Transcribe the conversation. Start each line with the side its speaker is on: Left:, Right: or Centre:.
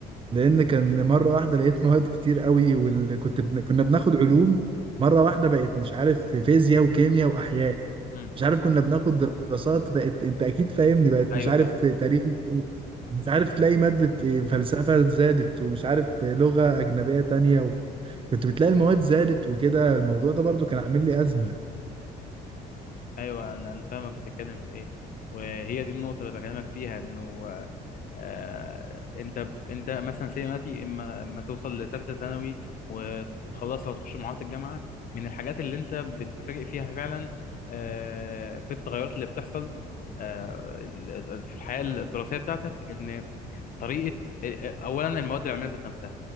Right: لان كان مره واحده لقيت مواد كتير قوي وكنت كنت بن... كنا بناخد علوم مره واحده بقت مش عارف في فيزياء وكيمياء واحياء
Left: امم
Right: مش عارف كنا بناخد دراسات بقت انت اكيد فاهمني بقت
Left: ايوه
Right: مش عارف
Left: فاهم
Right: في تاريخ مش عارف تلاقي ماده إيه، فلسفه زادت ومش عارف في لغه اجنبيه تانية و... كنت بتلاقي المواد زادت وكده الموضوع ده برضو كان عامل لي ازمه
Left: ايوه انا انا فاهمك بتتكلم في ايه وهي دي النقطه اللي بكلمك فيها انه آه، انت انت مثلا سي دلوقتي اما اما توصل لثالثه ثانوي وتخلصها وتخش مرحله الجامعه من الحاجات اللي انت بتتفاجئ فيها فعلا آه، في التغيرات اللي بتحصل آه، ال- ال- في الحياه الدراسيه بتاعتك ان طريقه اولا المواد العلميه ذات نفسها